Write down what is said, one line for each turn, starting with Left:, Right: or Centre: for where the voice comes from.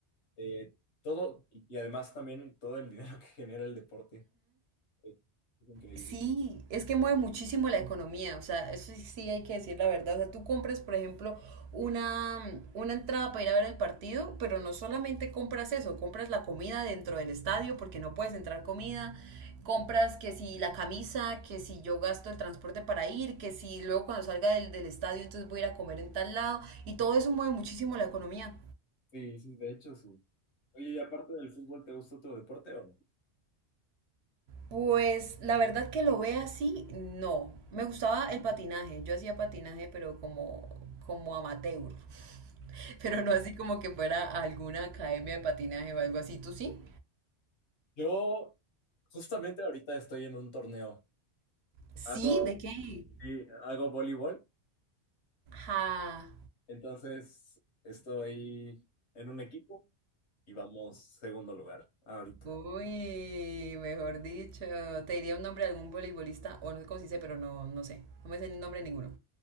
Left: eh, todo, y y además también todo el dinero <laughs> que genera el deporte. Eh, Es increíble.
Right: Sí, es que mueve muchísimo la economía, o sea, eso sí, sí hay que decir la verdad. O sea, tú compras, por ejemplo, una, una entrada para ir a ver el partido, pero no solamente compras eso, compras la comida dentro del estadio porque no puedes entrar comida, compras que si la camisa, que si yo gasto el transporte para ir, que si luego cuando salga del, del estadio entonces voy a ir a comer en tal lado, y todo eso mueve muchísimo la economía.
Left: Sí, sí, de hecho, sí. Oye, y aparte del fútbol, ¿te gusta otro deporte o no?
Right: Pues la verdad que lo ve así, no. Me gustaba el patinaje. Yo hacía patinaje, pero como, como amateur. <laughs> Pero no así como que fuera a alguna academia de patinaje o algo así. ¿Tú sí?
Left: Yo justamente ahorita estoy en un torneo.
Right: Sí,
Left: Hago,
Right: ¿de qué?
Left: sí, hago voleibol,
Right: Ja.
Left: entonces estoy en un equipo y vamos segundo lugar ahorita.
Right: Uy, mejor dicho. Te diría un nombre de algún voleibolista, o no sé cómo se dice, pero no, no sé. No me sé el nombre de ninguno.